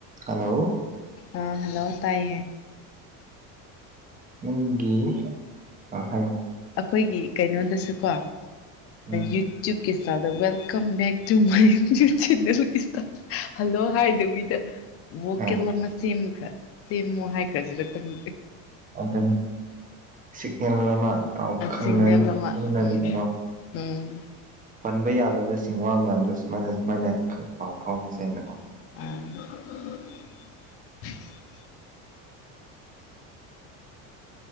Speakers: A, on the right; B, on the left.
A: hello
B: ꯑ hello ꯇꯥꯏ ꯍꯦ
A: ꯅꯪꯒꯤꯤ ꯑ ꯍꯥꯏꯣ
B: ꯑꯩꯈꯣꯏꯒꯤ ꯀꯩꯅꯣꯗꯁꯨꯀꯣ
A: ꯎꯝ
B: ꯌꯨꯇ꯭ꯌꯨꯞ ꯀ꯭ꯔꯤꯁꯇꯥꯟꯗ welcome back to my ꯌꯇ channel ꯀ꯭ꯔꯤꯁꯇꯥꯟ ꯍꯜꯂꯣ ꯍꯥꯏꯗꯕꯤꯗ ꯣꯀꯦꯜ
A: ꯑꯦ
B: ꯑꯃ ꯁꯦꯝꯈ ꯁꯦꯝꯃꯣ ꯍꯥꯏꯈ꯭ꯔꯖꯤꯔꯪ
A: ꯑꯗꯨꯗꯅꯤ ꯁꯤꯒꯅꯦꯜ ꯑꯃ ꯄꯥꯎ ꯈꯪꯕꯤꯒꯤꯀꯣ
B: ꯁꯤꯒꯅꯦꯜ ꯑꯃ ꯎꯝ ꯎꯝ
A: ꯄꯟꯕ ꯌꯥꯗꯕꯁꯤꯡ ꯋꯥ ꯃꯌꯥꯝꯗꯣ ꯁꯨꯃꯥꯏꯅ ꯁꯨꯃꯥꯏꯅ ꯈꯔ ꯄꯥꯎ ꯐꯥꯎꯉꯁꯦ ꯑꯅꯀꯣ
B: ꯑ